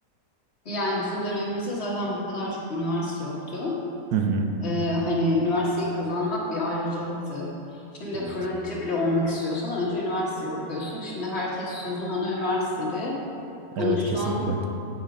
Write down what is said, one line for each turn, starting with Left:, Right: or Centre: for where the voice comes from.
Left: Yani bizim dönemimizde zaten bu kadar çok üniversite yoktu.
Right: Hı hı.
Left: Ee, hani üniversiteyi kazanmak bir ayrıcalıktı. Şimdi
Right: Evet.
Left: fırıncı bile olmak istiyorsan önce üniversiteyi okuyorsun. Şimdi herkes sözüm ona üniversitede konuşsan
Right: Evet kesinlikle.